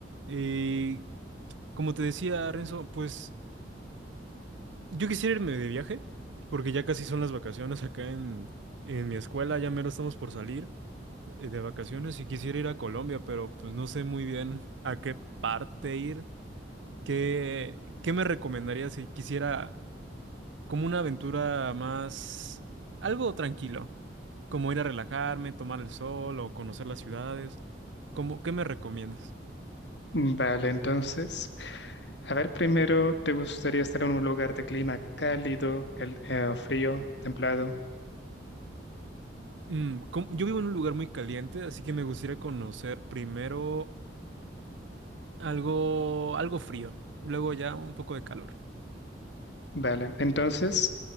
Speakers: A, on the right (about 80°); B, on the left (about 65°).
A: Eh, como te decía, Renzo, pues yo quisiera irme de viaje, porque ya casi son las vacaciones acá en, en mi escuela, ya mero estamos por salir eh, de vacaciones y quisiera ir a Colombia, pero pues no sé muy bien a qué parte ir. ¿Qué, qué me recomendarías si quisiera como una aventura más, algo tranquilo, como ir a relajarme, tomar el sol o conocer las ciudades? ¿Cómo, qué me recomiendas?
B: Vale, entonces, a ver, primero, ¿te gustaría estar en un lugar de clima cálido, cal- eh, o frío, templado?
A: Mm, com- yo vivo en un lugar muy caliente, así que me gustaría conocer primero algo, algo frío, luego ya un poco de calor.
B: Vale, entonces,